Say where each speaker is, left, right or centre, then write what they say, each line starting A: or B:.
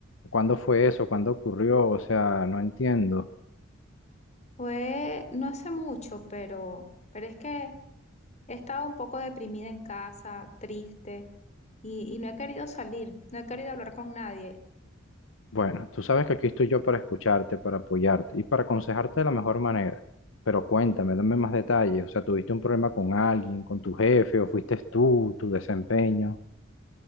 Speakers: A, on the left (about 70°); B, on the left (about 35°).
A: ¿cuándo fue eso? ¿Cuándo ocurrió? O sea, no entiendo.
B: Fue no hace mucho, pero, pero es que He estado un poco deprimida en casa, triste, y, y no he querido salir, no he querido hablar con nadie.
A: Bueno, tú sabes que aquí estoy yo para escucharte, para apoyarte y para aconsejarte de la mejor manera. Pero cuéntame, dame más detalles, o sea, ¿tuviste un problema con alguien, con tu jefe, o fuiste tú, tu desempeño?